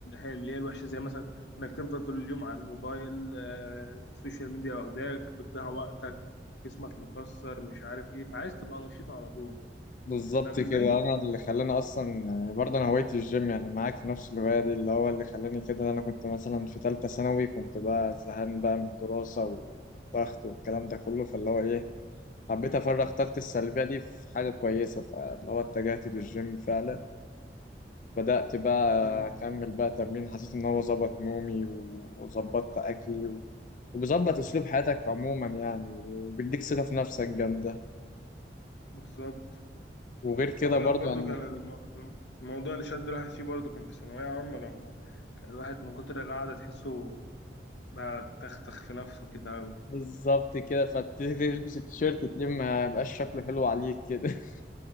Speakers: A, on the left; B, on the left.
A: اللي هي الوحشه زي مثلا انك تفضل طول اليوم على الموبايل آه، السوشيال ميديا واخداك بتضيع وقتك جسمك مكسر مش عارف ايه فعايز تبقى نشيط على طول
B: بالظبط
A: فاهم
B: كده
A: ازاي
B: انا اللي خلاني اصلا يعني برضه انا هوايتي الجيم يعني معاك في نفس الهوايه دي اللي هو اللي خلاني كده إن انا كنت مثلا في ثالثه ثانوي كنت بقى زهقان بقى من الدراسه والضغط والكلام ده كله فاللي هو ايه حبيت افرغ طاقتي السلبيه دي في حاجه كويسه فاللي هو اتجهت للجيم فعلا بدات بقى
A: مم.
B: اكمل بقى تمرين حسيت ان هو ظبط نومي وظبطت اكلي و... وبيظبط اسلوب حياتك عموما يعني وبيديك ثقه في نفسك جامده
A: بالظبط
B: وغير كده
A: اقول
B: برضه
A: لك برضو
B: يعني
A: كان الم- الموضوع اللي شد الواحد فيه برضو كان في ثانويه عامه لما كان الواحد من كتر القعده تحسه بقى تختخ في نفسه كده
B: بالظبط كده فتلبس التيشيرت تلاقيه ما بقاش شكله حلو عليك كده <laughs>